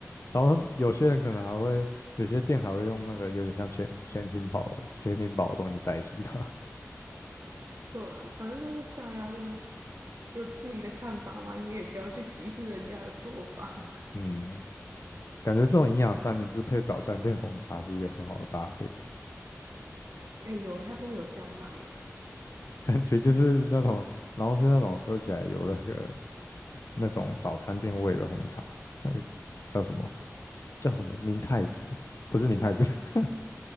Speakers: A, on the left; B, on the right.
A: 然后有些人可能还会，有些店还会用那个有点像潜潜艇堡潜艇堡的东西代替它。
B: 对啊，反正就是大家就有自己的看法嘛，你也不要去歧视人家的做法。
A: <laughs>
B: <laughs>
A: 嗯，感觉这种营养三明治配早餐店红茶是一个很好的搭配，
B: 哎、有哎、他真的有这样卖、欸，
A: 感觉就是那种，然后是那种喝起来有那个那种早餐店味的红茶，那个叫什么叫什么明太子，不是明太子，<laughs>